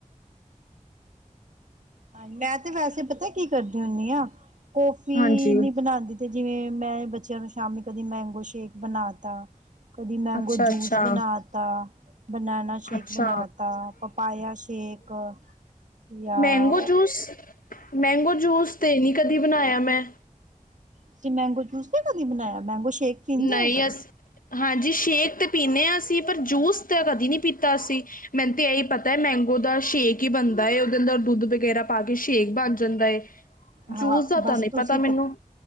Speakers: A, on the right; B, on the left.
A: ਹਾਂਜੀ ਮੈਂ ਤੇ ਵੈਸੇ ਪਤਾ ਕੀ ਕਰਦੀ ਹੁੰਦੀ ਹ ਕੌਫੀ
B: ਹਾਂਜੀ
A: ਨੀ ਬਣਾਉਂਦੀ ਤੇ ਜਿਵੇਂ ਮੈਂ ਬੱਚਿਆਂ ਨੂੰ ਸ਼ਾਮੀ ਕਦੀ ਮੈਂਗੋ ਸ਼ੇਕ ਬਣਾ ਤਾ ਕਦੀ ਮੈਂਗੋ
B: ਅੱਛਾ ਅੱਛਾ
A: ਜੂਸ ਬਣਾ ਤਾ ਬਨਣਾ ਸ਼ੇਕ
B: ਅੱਛਾ
A: ਬਣਾ ਤਾ ਪਪਾਇਆ ਸ਼ੇਕ ਯਾਰ
B: ਮੈਂਗੋ ਜੂਸ ਮੈਂਗੋ ਜੂਸ ਤੇ ਨੀ ਕਦੀ ਬਣਾਇਆ ਮੈਂ
A: ਤੁਸੀਂ ਮੈਂਗੋ ਜੂਸ ਨੇ ਕਦੀ ਬਣਾਇਆ ਮੈਂਗੋ ਸ਼ੇਕ ਪੀਂਦੇ
B: ਨਹੀਂ
A: ਹੋ
B: ਅਸ ਹਾਂਜੀ ਸ਼ੇਕ ਤੇ ਪੀਂਦੇ ਹਾਂ ਅਸੀਂ ਪਰ ਜੂਸ ਤਾਂ ਕਦੀ ਨਹੀਂ ਪੀਤਾ ਅਸੀਂ ਮੈਨੂੰ ਤੇ ਇਹੀ ਪਤਾ ਮੈਂਗੋ ਉਹਦਾ ਸ਼ੇਕ ਹੀ ਬਣਦਾ ਏ ਉਹਦੇ ਅੰਦਰ ਦੁੱਧ ਵਗੈਰਾ ਪਾ ਕੇ ਸ਼ੇਕ ਬਣ ਜਾਂਦਾ ਹੈ।
A: ਹਾਂ
B: ਜੂਸ ਦਾ
A: ਬਸ
B: ਤਾਂ ਨਹੀਂ
A: ਤੁਸੀਂ
B: ਪਤਾ ਮੈਨੂੰ
A: ਪ